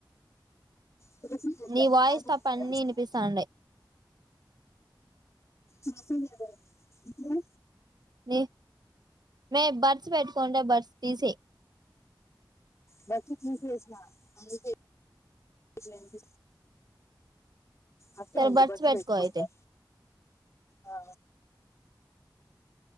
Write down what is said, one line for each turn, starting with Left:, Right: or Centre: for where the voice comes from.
Left: <inaudible>
Right: నీ వాయిస్
Left: దాంట్లో
Right: తప్ప
Left: చూసే
Right: అన్ని
Left: రాసినం.
Right: వినిపిస్తాండాయి
Left: మెసేజ్ <inaudible> ఇప్పుడు
Right: మే మ్మి బర్డ్స్ పెట్కోంటే బర్డ్స్ తీసేయ్.
Left: బర్డ్స్ తీసేసిన అందుకే అసే అట్టేఉండు
Right: సరే
Left: బర్డ్స్
Right: పెట్టుకో
Left: పెట్టుకుంటా
Right: అయితే
Left: ఆ